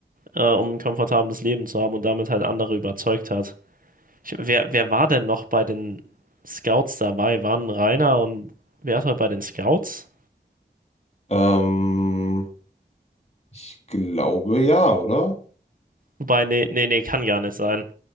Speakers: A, on the right; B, on the left.
A: äh, um ein komfortables Leben zu haben und damit halt andere überzeugt hat. Ich, wer, wer war denn noch bei den Scouts dabei? Waren Rainer und wer war bei den Scouts?
B: Ähm, ich glaube ja, oder?
A: Wobei, nee, nee, nee, kann gar nicht sein.